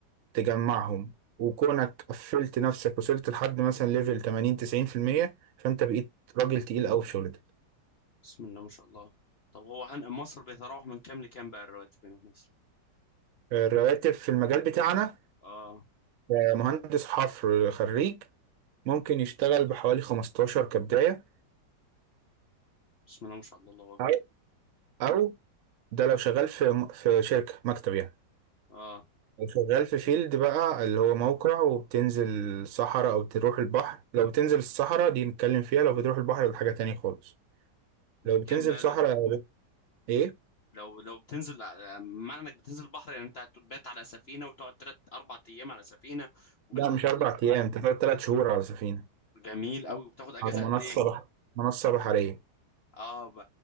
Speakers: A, on the right; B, on the left.
A: تجمعهم وكونك قفلت نفسك وصلت لحد مثلا ليفل 80 90% فانت بقيت راجل تقيل قوي في شغلتك
B: بسم الله ما شاء الله طب هو هن... مصر بيتراوح من كام لكام بقى الرواتب هنا في مصر
A: الرواتب في المجال بتاعنا
B: اه
A: آه، مهندس حفر خريج ممكن يشتغل بحوالي 15 كبداية
B: بسم الله ما شاء الله الله اكبر
A: او او ده لو شغال في في شركة مكتب يعني
B: اه
A: شغال في فيلد بقى اللي هو موقع وبتنزل الصحراء او تروح البحر لو بتنزل الصحراء دي نتكلم فيها لو بتروح البحر ده حاجة تاني خالص لو بتنزل
B: كام بقى
A: صحراء
B: ل-
A: بت... ايه
B: لو لو بتنزل ع- معنى انك بتنزل البحر يعني انت هتبات على سفينة وتقعد تلات اربع ايام على سفينة وال
A: لا مش اربع ايام انت فاضل تلات شهور على سفينة
B: جميل قوي وبتاخد اجازة
A: على ياه منصة
B: قد ايه
A: بح... منصة بحرية
B: اه ب...